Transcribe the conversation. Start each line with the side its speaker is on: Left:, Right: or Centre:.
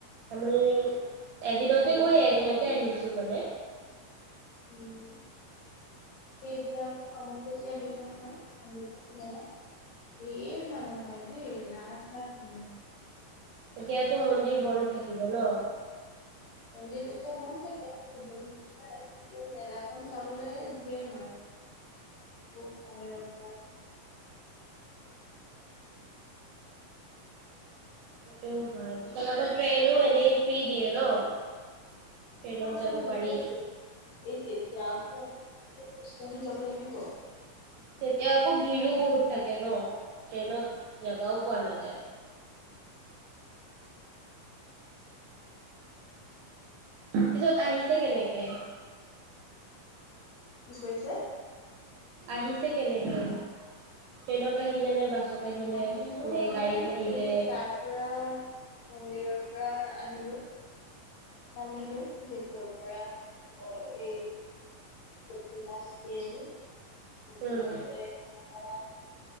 Right: আমি এদিনতে
Left: বহুত
Right: গৈ এদিনতে
Left: মানুহ দিয়ে
Right: আহিছো মানে
Left: উম এ এতিয়া আকৌ আম গুচি আহিব বলে হয় অম্ৰকাচি মেলা ধেৰ মানুহ হয় এ লাজ লাগে
Right: এতিয়াতো মন্দিৰ বন্ধ থাকিব ন
Left: মন্দিৰ তেতিয়া বন্ধ থাকে, পূজা দিব নোৱাৰে কিন্তু মেলাখন চাবলৈ ঢেৰ মানুহ। ত বাহিৰৰ পৰা
Right: সেইটো হয় পিছত আকৌ ট্ৰেইনো এনেই ফ্ৰী দিয়ে ন। ট্ৰেইনত
Left: অ অ
Right: যাব
Left: তেতিয়া
Right: পাৰি।
Left: ফ্ৰি এ তেতিয়া আকৌ খোজ কঢ়িলে যাব লাগিব
Right: তেতিয়া আকৌ ভিৰো বহুত থাকে ন ট্ৰেইনত জেগাও পোৱা নাযায় পিছত আহিছে কেনেকে
Left: কি কৈছে
Right: আহিছে কেনেকে ট্ৰেইনত আহিলে নে বাছত আহিলে
Left: আহিলো
Right: নে
Left: আমি
Right: গাড়ীত আহিলে
Left: এই তাৰ পৰা মন্দিৰত পৰা আহিলো নামিলো গেটৰ পৰা এই লোকেল মাছ দিয়ে যে লোকেল
Right: উম
Left: মাছ কৰাই